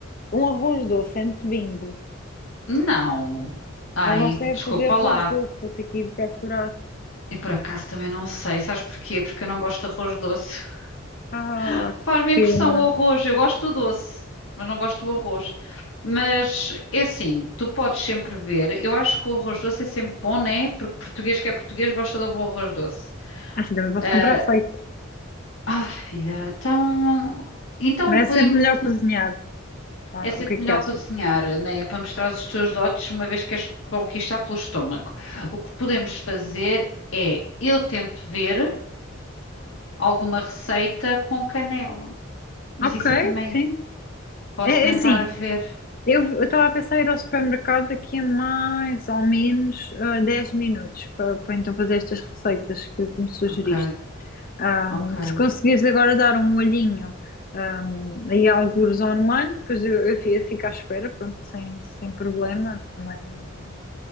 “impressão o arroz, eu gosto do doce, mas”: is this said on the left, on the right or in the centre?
Left